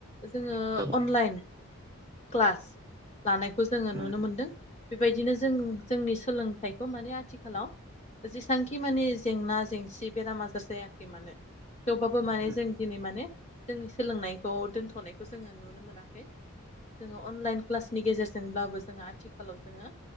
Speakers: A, on the left; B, on the right.
A: जोङो
B: ओ औ
A: अनलाइन क्लास लानायखौ जोङो
B: उम
A: नुनो मोनदों बेबायदिनो जों जोंनि सोलोंथाइखौ माने आथिखालाव जेसेबांखि माने जेंना जेंसि बेराम आजार जायाखै मानो थेवबाबो माने
B: उम
A: जों दिनै माने जोंनि सोलोंनाय खौ दोनथ'नायखौ जोङो नुनो मोनाखै जोङो अनलाइन क्लासनि गेजेरजोंब्लाबो जोङो आथिखालाव जोङो